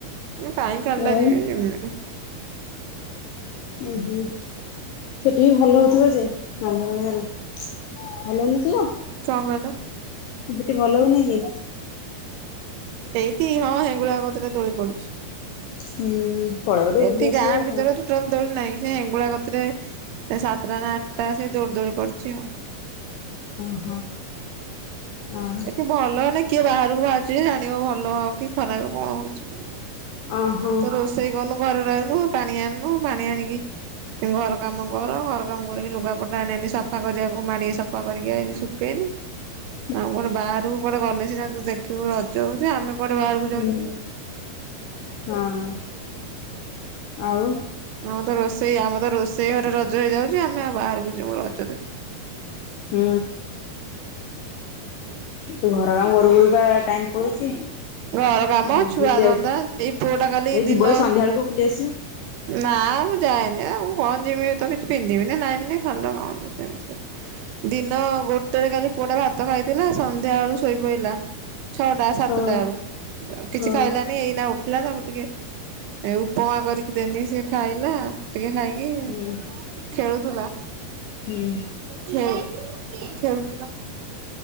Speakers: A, on the right (about 85°); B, on the left (about 85°).
A: ମୁଁ କାଇଁ ଖାଲିଟା
B: ଆଉ
A: ଯିମି ଯିମିନି ନାଇଁ।
B: ଓହୋ ସେଠିକି ଭଲ ହଉଥିବ ଯେ ଆ ଘର ଗାଁରେ। ଭଲ ହଉନଥିବ।
A: କଣ କହିଲ?
B: ସେଠି ଭଲ ହଉନି କି?
A: ସେଇତିି ହଁ ହେଙ୍ଗୁଳା କତିରେ ଦୋଳି ପଡିଛି।
B: ହୁଁ ପଳେଇ ଟିକେ
A: ଏଠି
B: ବୁଲି ଆସିବ।
A: ଗାଁ ଭିତରେ ଟୋଟାଲ ଦୋଳି ନାହିଁ ସେ ହେଗୁଳା କତିରେ ସାତଟା ନା ଆଠଟା ସେ ଦୌଡ଼ି ଦୋଳି ପଡିଛି ଆଉ।
B: ଓହୋ ହଁ।
A: ଏଠି ଭଲ ନା କିଏ ବାହାରକୁ ବାହାରୁଛି ଯେ ଜାଣିବ ଭଲ ହବ କି ଖରାପ କଣ ହଉଛି?
B: ଓହୋ
A: ଆଉ ତ ରୋଷେଇ କରୁନୁ ଘରେ ରହନୁ ପାଣି ଆଣିନୁ ପାଣି ଆଣିକି। ଘର କାମ କର ଘର କାମ କରିକି ଲୁଗାପଟା ଆଣେନି ସଫା କରିବାକୁ ମାଡ଼ିକି ସଫା କରିକି ଆଇନି ଶୁଖେଇନି।
B: <inaudible>
A: ଆମେ କୁଆଡେ ବାହାରକୁ କୁଆଡେ ଗଲେ ସିନା ତୁ ଦେଖିବୁ ରଜ ହଉଛି ଆମେ କୁଆଡେ ବାହାରକୁ
B: ହୁଁ
A: ଯାଉଛୁ।
B: ହଁ ଆଉ।
A: ଆମର ତ ରୋଷେଇ ଆମର ତ ରୋଷେଇ ଘରେ ରଜ ହେଇଯାଉଛି ଆମେ ଆଉ ବାହାରକୁ ଯିବୁ ରଜ ଦେଖିବୁ।
B: ହୁଁ। ତୁ ଘର କାମ କରୁ କରୁ ପା ଟାଇମ ପଳଉଛି।
A: ଘର କାମ
B: ଆଉ
A: ଛୁଆ
B: ବୁଲିବାକୁ
A: ଧନ୍ଦା ଏଇ ପୁଅଟା କାଲି
B: ଏଇ
A: ଦିନ।
B: ଯିବ ଏଇ ସନ୍ଧ୍ୟା ବେଳକୁ ବୁଲି ଆସିବ।
A: ନା ମୁଁ ଯାଏନି ଆ ମୁଁ କଣ ଯିମି ତ କିଛି ପିନ୍ଧିବିିନି ନାଇବିନି ଖାଲିଟା କଣ ଯିମି ସେମିତି। ଦିନ ଗୋଟେରେ କାଲି ପୁଅଟା ଭାତ ଖାଇଥିଲା ସନ୍ଧ୍ୟା ବେଳୁ ଶୋଇ ପଇଲା। ଛଅଟା ସାତଟା
B: ହଁ
A: ବେଳୁ
B: ହଁ
A: କିଛି ଖାଇଲାନି ଏଇନା ଉ ଥିଲା ତାକୁ ଟିକେ ଉପମା କରିକି ଦେନି ସେ ଖାଇଲା ଟିକେ ଖାଇ। କି
B: ହୁଁ
A: ଖେଳୁଥିଲା?
B: ହୁଁ।
A: ଖେଳୁ ଖେଳୁଥିଲା।